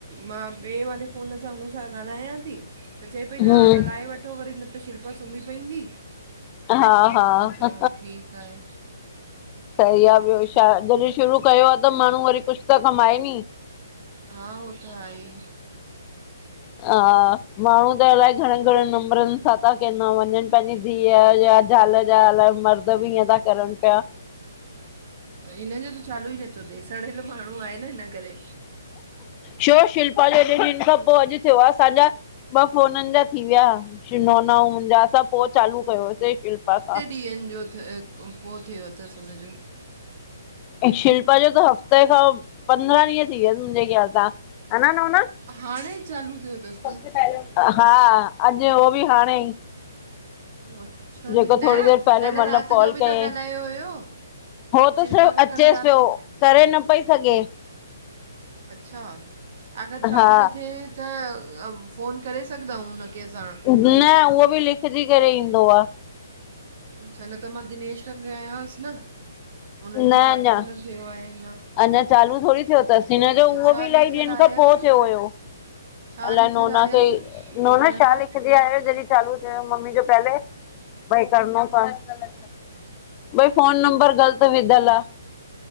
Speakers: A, on the right; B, on the left.
A: मां ॿिए वारे फ़ोन सां हुन सां ॻाल्हायां थी त चए पई न
B: हम्म
A: ॻाल्हाए वठ वठो वरी न त शिल्पा सुम्ही पईंदी,
B: हा
A: मां
B: हा
A: चयो त ठीकु आहे।
B: सही आ, ॿियो छा, जॾहिं शुरू कयो आ त माण्हू वरी कुझु त कमाए नी।
A: हा उहो त आहे।
B: हा माण्हू त अलाए घणनि घणनि नम्बरनि सां था कंदा था वञनि पंहिंजी धीअ या ज़ाल जा अलाए मर द बी ईंअ ता करनि पिया।
A: हिनज जो त चालू ई नथो थिए, सड़ियल माण्हू आहे न हिन करे।
B: छो शिल्पा जा हेॾे ॾींहंनि खां पोइ अॼु थियो आ, असांजा ॿ फ़ोननि जा थी विया, शिनोना, <unintelligible> असां पोइ चालू कयांसे शिल्पा सां।
A: <unintelligible> जो <unintelligible> पोइ थियो थसि हुनजो।
B: अएं शिल्पा जो त हफ़्ते खां पंद्राह ॾींह थी वयस मुंॼे ख़्याल सां, हन नोना।
A: हाणे चालू थियो थसि।
B: सबसे पहले उनका, हा अॼु उहो बि हाणे ई।
A: अच्छा
B: जेको
A: जी, न
B: थोरी देरि पहले
A: कल्ह
B: मतिलबु
A: राति
B: कॉल
A: जो बि
B: कयईं
A: त ॻाल्हायो हुयो।
B: हो त
A: शिल्पा
B: सिर्फ़
A: खां
B: अचेसि
A: कल्ह राति
B: पियो, करे न पई सघे।
A: अच्छा, आखरि चालू
B: हा
A: न थिए त फ़ोन करे सघंदाऊ उनखे असां।
B: न उहो बि लिखजी करे ईंदो आ।
A: अच्छा न त मां दिनेश खां कयांसि न हुनजो
B: न अञा
A: चालू त न थियो आहे अञयां।
B: अञा चालू थोरी थियो थसि, हिन जो उहो
A: छा
B: बि इलाही
A: लिखियलु
B: ॾींहंनि
A: आयसि
B: खां पोइ थियो हुयो।
A: छा
B: अल्हाए
A: लिखियलु
B: नोना
A: आयसि
B: खे, नोना
A: ॿुधण
B: छा
A: लाइ
B: लिखंदी आहे जॾहिं चालू थियो मम्मी जो पहले भई करनो थन, भई फोन नंबर ग़लत विधल आ।